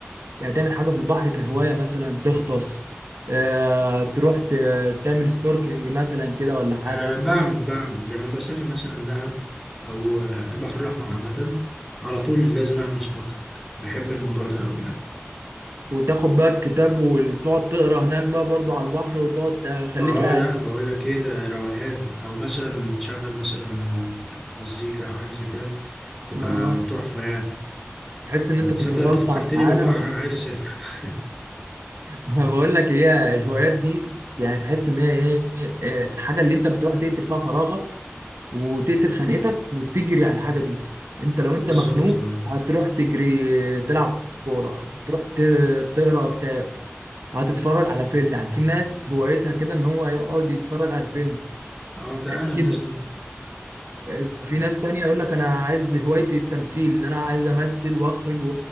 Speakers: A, on the right (about 70°); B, in the centre.
A: يعني تعمل حاجة في البحر كهواية مثلا تغطس آه تروح ت- تعمل ستوركلينج مثلا كده ولا حاجة
B: أه بعمل بعمل لما بسافر مثلا دهب أو آه، البحر الأحمر عامة على طول لازم أعمل سنوركل بحب الموضوع ده أوي يعني
A: وتاخد بقى الكتاب وتقعد تقرا هناك بقى برضو على البحر وتقعد آه،
B: اه
A: خليك قاعد
B: لا بقول
A: كده
B: لك ايه ده روقان او مثلا تشغل مثلا آه، مزيكا او حاجه زي كده بتبقى
A: آه
B: تحفه يعني
A: تحس إن
B: آه،
A: أنت
B: تصدق
A: تفصلت
B: انت فكرتني
A: عن العالم
B: بالبحر انا عايز اسافر <laughs>
A: انا بقول لك هي الهوايات دي يعني تحس ان هي ايه إيه، الحاجه اللي انت بتروح تقتل فيها فراغك وتقتل خانقتك وتجري على الحاجه دي انت لو
B: بالظبط
A: انت مخنوق
B: اه
A: هتروح تجري تلعب كوره هتروح ت- تقرا كتاب هتتفرج على فيلم يعني في ناس هوايتها كده ان هو يقعد يتفرج على الفيلم
B: اه ده
A: آه،
B: انا الناس
A: كده
B: دي
A: آه، في ناس تانية يقول لك انا عايز هوايتي التمثيل ان انا عايز امثل واخرج و-